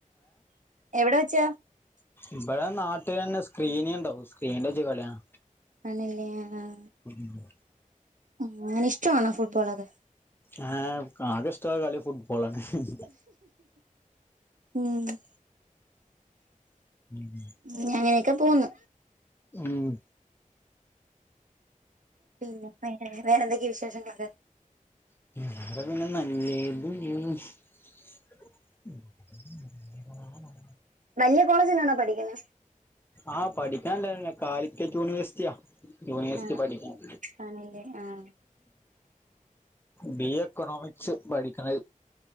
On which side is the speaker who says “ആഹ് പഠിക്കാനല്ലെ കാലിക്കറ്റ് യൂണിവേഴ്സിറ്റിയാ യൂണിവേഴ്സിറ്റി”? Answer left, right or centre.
Left